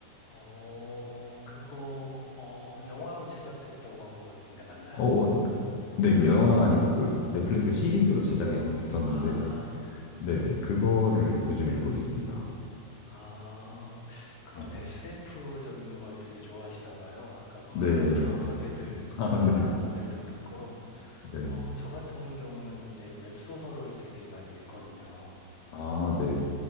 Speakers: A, on the left (about 55°); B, on the left (about 75°).
A: 어, 그거, 어, 영화로 제작됐다고 한 것 같은데 맞나요?
B: 어, 어, 네. 그 영화 아니고 그 넷플릭스 시리즈로 제작이 한번 됐었는데
A: 아,
B: 네네. 그거를 요즘 읽고 있습니다.
A: 아, 그런
B: 네.
A: SF적인 걸 되게 좋아하시나 봐요. 아까 건담
B: 네.
A: <laughs> 프라모델들,
B: 아,
A: 프라모델도
B: 네.
A: 그렇고,
B: 네.
A: 어, 저 같은 경우는 이제 웹소설을 되게 많이 읽거든요.
B: 아, 네.